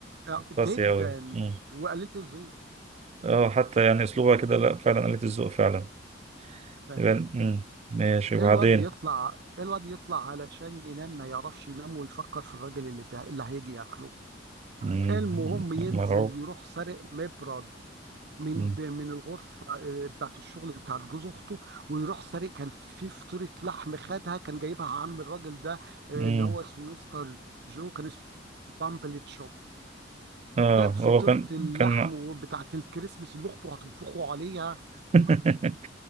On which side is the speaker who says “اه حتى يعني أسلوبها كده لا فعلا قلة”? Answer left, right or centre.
Right